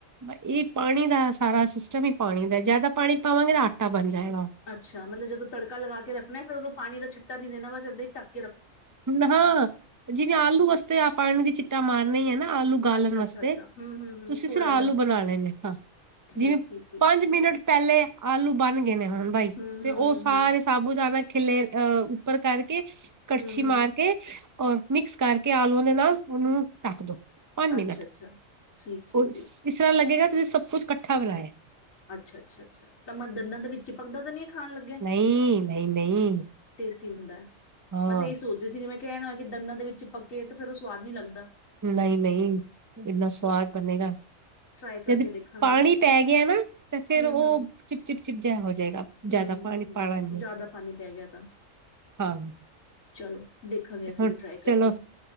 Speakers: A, on the right; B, on the left.
A: ਇਹ ਪਾਣੀ ਦਾ ਸਾਰਾ ਸਿਸਟਮ ਹੀ ਪਾਣੀ ਦਾ ਜਿਆਦਾ ਪਾਣੀ ਪਾਵਾਂਗੇ ਤਾਂ ਆਟਾ ਬਣ ਜਾਏਗਾ।
B: ਅੱਛਾ ਮਤਲਬ ਜਦੋਂ ਤੜਕਾ ਲਗਾ ਕੇ ਰੱਖਣਾ ਫਰ ਉਦੋਂ ਪਾਣੀ ਦਾ ਛ ਨੀ ਦੇਣਾ ਬਸ ਇਏਾਂ ਹੀ ਟੱਕ
A: ਨਾਾਂ ਜਿਵੇਂ ਆਲੂ ਵਾਸਤੇ ਆ ਪਾਣੀ ਦੀ ਚਿੱ ਮਾਰਨ ਹੀ ਨਾ ਆਲੂ ਗਾਲਣ
B: ਅੱਛਾ,
A: ਵਾਸਤੇ
B: ਅੱਛਾ, ਅੱਛਾ ਹੂੰ, ਹੂੰ, ਹੂੰ
A: ਤੁਸੀਂ
B: ਥੋੜਾ
A: ਫਿਰ ਆਲੂ
B: ਜਿਹਾ
A: ਬਣਾ ਲਣੇ ਨੇ ਹਾਂ
B: ਠੀਕ,
A: ਜਿਵੇਂ
B: ਠੀਕ, ਠੀਕ
A: ਪੰਜ ਮਿੰਟ ਪਹਿਲੇ ਆਲੂ ਬਣ ਗਏ ਨੇ ਹ ਬਾਈ
B: ਹੂੰ, ਹੂੰ,
A: ਤੇ ਉਹ
B: ਹੂੰ,
A: ਸਾਰੇ ਸਾਬੂ ਜਾਿਆਦਾ ਖਲੇ ਅਹ ਉੱਪਰ ਕਰਕੇ
B: ਹੂੰ,
A: ਅੱਛੀ
B: ਹੂੰ, ਹੂੰ
A: ਮਾਰ ਕੇ ਔਰ ਮਿਕਸ ਕਰਕੇ ਆਲੂਆਂ ਦੇ ਨਾਲ ਉਹਨੂੰ ਟਢੱਕ ਦਿਉ ਪੰਜ ਮਿੰਟ
B: ਅੱਛਾ, ਅੱਛਾ ਠੀਕ, ਠੀਕ,
A: ਉਹ
B: ਠੀਕ
A: ਇਸ ਤਰ੍ਹਾਂ ਲੱਗੇਗਾ ਸ ਕੁਛਝੱਠਾ ਬਣਾਇਆ
B: ਅੱਛਾ ਅੱਛਾ ਅੱਛਾ ਤਾਂ ਮੈਂ ਦੰਦਾਂ ਦੇ ਵਿੱਚ ਹੀ ਪੱਕਦਾ ਤਾਂ ਨੀ ਖਾਣ ਲੱਗਿਆ?
A: ਨਹੀਂ ਨਹੀਂ ਨਹੀਂ
B: ਤ ਰਦਾ
A: ਹਾਂ
B: ਬਸ ਇਹੀ ਸੋਚਦੀ ਸੀ ਕਿ ਮੈਂ ਕਹਿਣ ਆ ਕਿ ਦੰਦਾਂ ਦੇ ਵਿੱਚ ਪੱਕੇ ਤੇ ਫਿਰਰ ਉਹ ਸਵਾਦ ਨੀ ਲੱਗਦਾ
A: ਨਹੀਂ ਨਹੀਂ ਇੰਨਾ ਸਵਾਦ
B: ਚਲੋ
A: ਬਣੇਗਾ
B: ਟਰਾਈ ਕਰਕੇ
A: ਜਦ
B: ਦੇਖਾਂਗੇ
A: ਪਾਣੀ ਪੈ ਗਿਆ ਨਾ ਤਾਂ ਫੇਰ
B: ਹੂੰ,
A: ਉਹ
B: ਹੂੰ, ਹੂੰ,
A: ਚਿਪ ਚਿਪ ਚਿਪ ਜਿਹਾ ਹੋ ਜਾਏਗਾ
B: ਹੂੰ,
A: ਜ਼ਿਆਦਾ ਪਾਣੀ
B: ਹੂੰ
A: ਪਾਣਾ ਨੀ
B: ਜ਼ਿਆਦਾ ਪਾਣੀ ਪੈ ਗਿਆ ਤਾਂ
A: ਹਾਂ
B: ਚਲੋ ਦੇਖਾਂਗੇ ਅਸੀਂ
A: ਹੁਣ
B: ਵੀ ਟਰਾਈ
A: ਚਲੋ
B: ਕਰਕੇ